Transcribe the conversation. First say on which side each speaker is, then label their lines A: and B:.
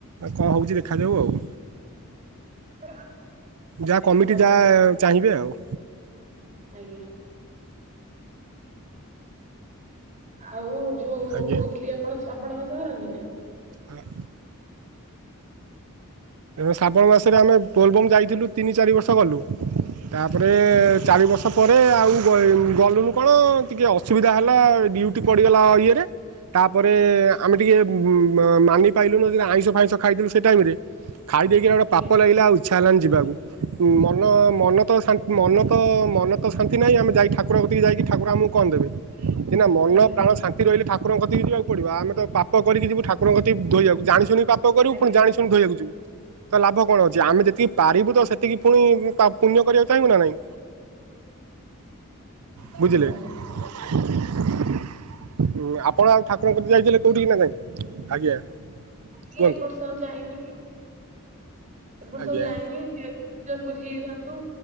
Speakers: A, on the right; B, on the right.
A: କଣ ହେଉଛି ଦେଖାଯାଉ ଆଉ?
B: <inaudible>
A: ଯାହା
B: ଆଜ୍ଞା,
A: କମିଟି
B: ଭଲ
A: ଯାହା ଚାହିଁବେ ଆଉ।
B: ଆଜ୍ଞା। ଆଉ ଯୋଉ
A: ଆଜ୍ଞା
B: କହୁଥିଲି ଆପଣ ଆପଣଙ୍କ ସହରନ୍ତି ନା?
A: ଆମେ ଶ୍ରାବଣ ମାସରେ ଆମେ ପୋଲଭଙ୍ଗ ଯାଇଥିଲୁ ତିନି ଚାରି ବର୍ଷ ଗଲୁ ତାପରେ
B: ଆଜ୍ଞା
A: ଚାରି ବର୍ଷ ତାପରେ ଆଉ ଗଲୁନୁ କଣ ଟିକେ ଅସୁବିଧା ହେଲା। ଡ୍ୟୁଟି ପଡ଼ିଗଲା ଇଏରେ। ତାପରେ,
B: ଆଚ୍ଛା
A: ଆମେ ଟିକେ ମାନି ପାଇଲୁନୁ ଆଇଁଷ ଫାଇଁଷ ଖାଇଦଲୁ ସେ ଟାଇମ ରେ। ଖାଇ ଦେଇକିରି ଗୋଟେ
B: ଆଜ୍ଞା
A: ପାପ ଲାଗିଲା ଆଉ ଇଚ୍ଛା ହେଲାନି ଯିବାକୁ ମନ
B: ଆଜ୍ଞା
A: ମନ ତ ମନ ତ ମନ ତ ଶାନ୍ତି ନାହିଁ ଆମେ ଯାଇ ଠାକୁର କତିକି ଯାଇକି ଠାକୁର ଆମକୁ କଣ ଦେବେ, ସିନା ମନ
B: ଆଜ୍ଞା
A: ପ୍ରାଣ ଶାନ୍ତି ରହିଲେ ଠାକୁରଙ୍କ କତିକି ଯିବାକୁ ପଡିବ ଆମେ ତପ ପାପ କରିକି ଯିବୁ ଠାକୁରଙ୍କକତିକି ଧୋଇକୁ, ଜାଣିୁିକିପ କରିବୁଣି
B: ଆଜ୍ଞା
A: ଶୁ ଧୋଇଆକୁ
B: ଠିକ୍ କଥା।
A: ଯିବୁ। ତ ଲାଭ କଣ ଅଛି ଆମେ ଯେତିକି ପାରିବୁ ତ ସେ <inaudible> ପୁଣି ପୁଣ୍ୟ କରିବାକୁ ଚାହିଁବୁ ନା ନାଇଁ। ବୁଝିଲେ।
B: ହୁଁ
A: <unintelligible> ଆପଣ ଆଉ ଠାକୁରଙ୍କ କତିକୁ ଯାଇଥିଲେ କୋଉଠି କି ନାଇଁ। ଆଜ୍ଞା।
B: କି
A: କୁହନ୍ତୁ
B: ଏବ ବର୍ଷ ଆଉ ଯାଇନି। ଏବର୍ଷ
A: ଆଜ୍ଞା
B: ଯାଇନି ଯାଇିଥିଲେ ଯାହା ପୁରୀ ଯାଇଥାଆନ୍ତୁ।